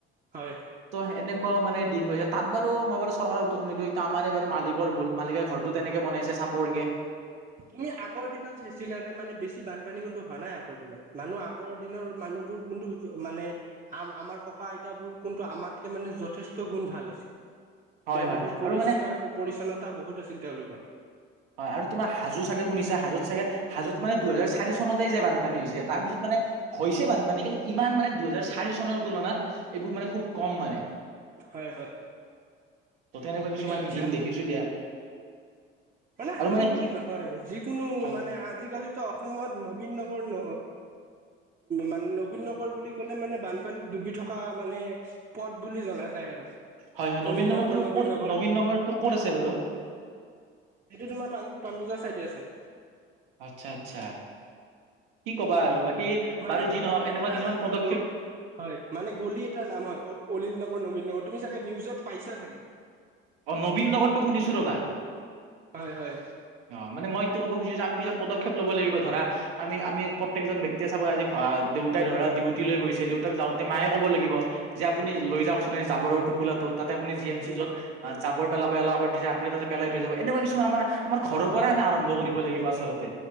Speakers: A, on the right (about 25°); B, on the right (about 75°).
A: হয়।
B: ত' এনেকুৱাও মানে দিনৈছোত বাৰু মই বাৰু চৰকাৰৰ উত্ত নিদিো এইটো আমাৰে বাৰু মালিকৰ ভুল মালিকে ঘৰৰতো তেনেকে বনাইছে চাপৰ কে
A: তুমি আগৰ দিনত চানে মানে বেছি বানপানী হোৱা নাই আগৰ দিনত মানুহ আগৰ দিনৰ মানুহবোৰ কোনটো মানে আম আমাৰ ককা আইতাবোৰ কোনটো আমাতকে মানে যথেষ্ট গুণ ভাল আছিল
B: হয়
A: তেওঁলোকৰ
B: হয়
A: পৰিষ্কাৰ
B: আৰু মানে
A: পৰিচ্ছন্নতা বহুত আছিল তেওঁলোকৰ
B: হয়, আৰু তোমাৰ হাজো চাগে শুনিছা হাজোত চাগে হাজুত মানে, দুহেজাৰ চাৰি চনতেই যে বানপানী হৈছে তাৰপিছত মানে হৈছে বানপানী কিন্তু ইমান মানে দুহেজাৰ চাৰি চনৰ তুলনাত এইবোৰ মানে
A: হয়
B: খুব কম মানে
A: হয় হয়
B: ত' তেনেকুৱা
A: ঠিকে
B: কিছুমান
A: কৈছা
B: দিন দেখিছো দিয়া
A: মানে,
B: আৰু
A: হাজো বুলি
B: কি
A: নহয় যিকোনো
B: হয়
A: মানে আজিকালিতো অসমত নবীন নগৰ ন মানে, নবীন নগৰ বুলি ক'লে মানে বানপানীত ডুবি থকা মানে পদ বুলি জনা যায় আৰু
B: হয়, হয়, নবীন
A: অনিল
B: নগৰটো
A: নগৰ
B: ক'ত
A: নগৰ
B: নবীন নগৰটো ক'ত আছে বাৰু
A: এইেইটো তোমাৰ পা পাবজাৰ চাইডে আছে
B: আচ্ছা, আচ্ছা, কি কবা আৰু বাকী
A: মানে
B: বাৰু যি নহক
A: গলি
B: এনেকুৱা
A: এটাৰ
B: কিছুমান
A: নাম
B: পদক্ষেপ
A: হয় গ হয় মানে, গলি এাৰ নাম হয় অলিন নগৰ, নবীন নগৰ তুমি চাগে নিউজত পাইছা চাগে
B: অ, ' নীন নগৰটো শুনিছো ৰবা
A: হয়, হয়
B: অ, মানে মই এইটো ক'ব খুজছো যে আমি কিু পক্ষেপ লব লাগিব ধৰা আমি আমি প্ৰত্যেকজন ব্যক্তিয়ে চাব আজি ঘ দেউতাই ধৰা, ডিউটি লৈ গৈছে দেউতাক যাওঁতে মায়ে ক'ব লাগিব যে আপুনি লৈ যাওকচোন, এই জাবৰ টোপোলাটোত তাতে আপুনি এম চি য'ত
A: হয়
B: যাব পেলাব এলা কৰি দিছে আপুনিাতে পেলাই থৈ যাব এনেকুৱা কিছুমান আমাৰ আমাৰ ঘৰৰ পৰাই আমি আৰম্ভ কৰিব লাগিব আচলতে